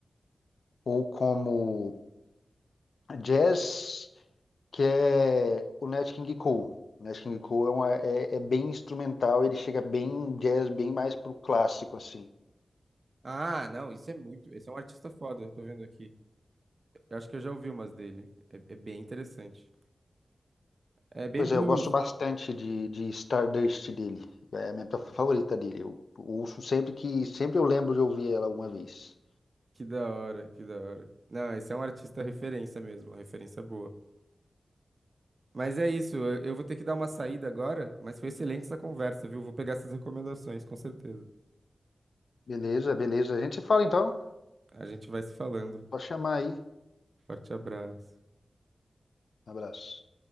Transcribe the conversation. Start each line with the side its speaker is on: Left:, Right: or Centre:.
Left: ou como jazz, que é o Nat King Cole. O Nat King Cole é, uma- é- é bem instrumental, ele chega bem jazz, bem mais pro clássico, assim.
Right: Ah, não, isso é muito. Esse é um artista foda, eu tô vendo aqui. Eu acho que eu já ouvi umas dele. É, é bem interessante. É bem
Left: Pois
Right: blues.
Left: é, eu gosto bastante de, de Stardust dele. É a minha favorita dele. Eu ouço sempre que sempre eu lembro de ouvir ela alguma vez.
Right: Que da hora, que da hora. Não, esse é um artista referência mesmo, uma referência boa. Mas é isso, eu eu vou ter que dar uma saída agora, mas foi excelente essa conversa, viu? Vou pegar essas recomendações, com certeza.
Left: Beleza, beleza. A gente se fala então.
Right: A gente vai se falando.
Left: Pode chamar aí.
Right: Forte abraço.
Left: Um abraço.